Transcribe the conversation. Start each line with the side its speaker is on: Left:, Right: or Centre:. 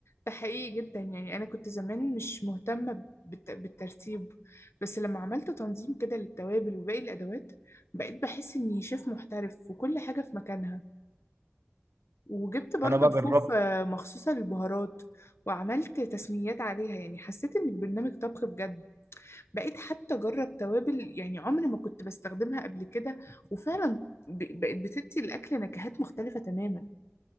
Left: ده حقيقي جدا يعني أنا كنت زمان مش مهتمة بالت- بالترتيب بس لما عملت تنظيم كده للتوابل وباقي الأدوات بقيت بحس إني شيف محترف وكل حاجة في مكانها وجبت برضو
Right: انا بقى
Left: رفوف
Right: جربت
Left: آه، مخصوصة للبهارات وعملت تسميات عليها يعني حسيت إن البرنامج طبخ بجد بقيت حتى أجرب توابل يعني عمري ما كنت بستخدمها قبل كده وفعلا ب- بقت بتدي الأكل نكهات مختلفة تماما